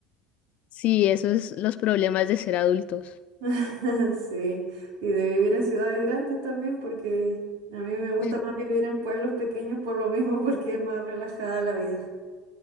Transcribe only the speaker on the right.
<laughs> Sí, y de vivir en ciudades grandes también, porque a mí me gusta
más vivir en pueblos pequeños por lo mismo, <laughs> porque es más relajada la vida.